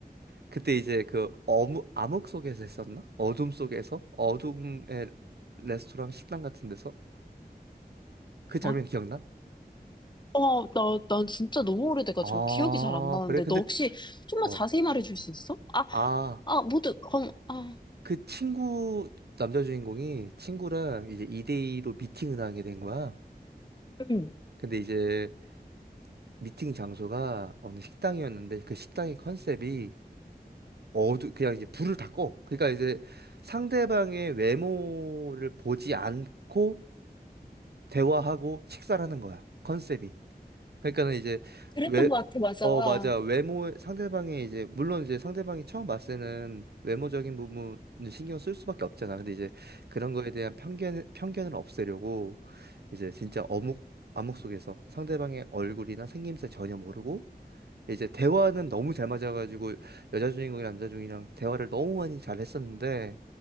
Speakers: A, on the right (about 80°); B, on the left (about 30°).
A: 그때 이제 그 어무, 암흑 속에서 했었나? 어둠 속에서? 어둠의 레스토랑 식당 같은 데서? 그 장면
B: 어,
A: 기억나?
B: 어, 나, 난 진짜 너무 오래돼가지고
A: 아,
B: 기억이 잘 안 나는데,
A: 그래? 근데,
B: 너 혹시 좀만
A: 어,
B: 자세히 말해줄 수 있어? 아,
A: 아,
B: 아, 모두, 검, 아,
A: 그 친구, 남자 주인공이 친구랑 이제 2대2로 미팅을 하게 된 거야.
B: 응.
A: 근데 이제 미팅 장소가 어느 식당이었는데 그 식당의 컨셉이 어두 그냥 이제 불을 다 꺼. 그러니까 이제 상대방의 외모를 보지 않고 대화하고 식사를 하는 거야. 컨셉이. 그러니까는 이제
B: 그랬던
A: 외
B: 것 같아, 맞아.
A: 어,
B: 어.
A: 맞아. 외모, 상대방의 이제, 물론 이제 상대방이 처음 봤을 때는 외모적인 부분을 신경 쓸 수밖에 없잖아. 근데 이제 그런 거에 대한 편견, 편견을 없애려고 이제 진짜 어묵, 암묵 속에서 상대방의 얼굴이나 생김새 전혀 모르고 이제 대화는 너무 잘 맞아가지고 여자 주인공이 남자 주인공이랑 대화를 너무 많이 잘 했었는데